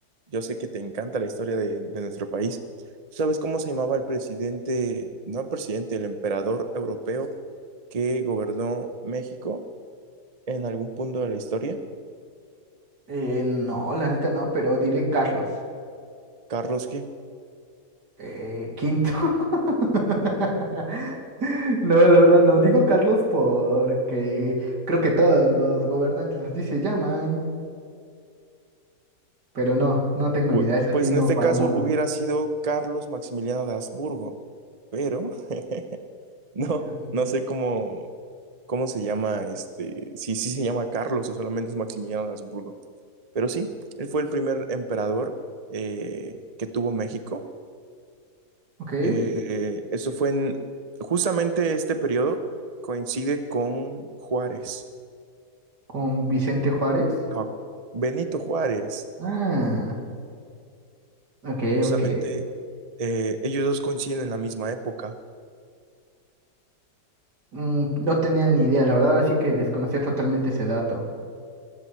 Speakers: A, on the right; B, on the right.
A: Yo sé que te encanta la historia de, de nuestro país. ¿Tú sabes cómo se llamaba el presidente, no el presidente, el emperador europeo que gobernó México en algún punto de la historia?
B: Eh, no, la neta no, pero diré Carlos.
A: ¿Carlos qué?
B: Eh, quinto. <laughs> No, la verdad no. Digo Carlos porque creo que todos los gobernantes así se llaman, pero no, no tengo
A: Pu-
B: ni idea. Es así,
A: Pues en
B: no,
A: este
B: para
A: caso
B: nada.
A: hubiera sido Carlos Maximiliano de Habsburgo, pero <laughs> no,
B: Eh,
A: no sé cómo, cómo se llama este, si sí se llama Carlos o solamente es Maximiliano de Habsburgo, pero sí, él fue el primer emperador eh, que tuvo México.
B: Ok,
A: Eh, eso fue en, justamente este periodo coincide con Juárez,
B: con Vicente Juárez.
A: no, Benito Juárez,
B: Ah, ok,
A: justamente
B: ok.
A: eh, ellos dos coinciden en la misma época.
B: Mm, no tenía ni idea, la verdad, así que desconocía totalmente ese dato.